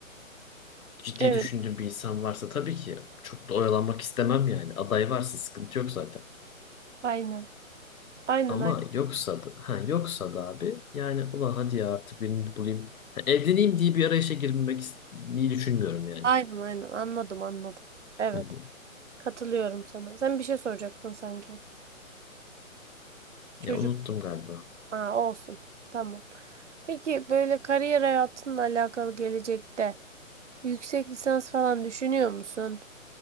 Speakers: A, on the left; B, on the right.
A: ciddi
B: Evet.
A: düşündüğüm bir insan varsa tabii ki çok da oyalanmak istemem yani. Aday varsa sıkıntı yok zaten.
B: Aynen. Aynen
A: Ama
B: aynen.
A: yoksa da ha yoksa da abi yani ulan hadi ya artık birini bulayım. Ha, evleneyim diye bir arayışa girmek is- iyi düşünmüyorum yani.
B: Aynen aynen. Anladım anladım. Evet.
A: Hı hı.
B: Katılıyorum sana. Sen bir şey soracaktın sanki. Çocuk.
A: Ya unuttum galiba.
B: Aa, olsun. Tamam. Peki böyle kariyer hayatınla alakalı gelecekte yüksek lisans falan düşünüyor musun?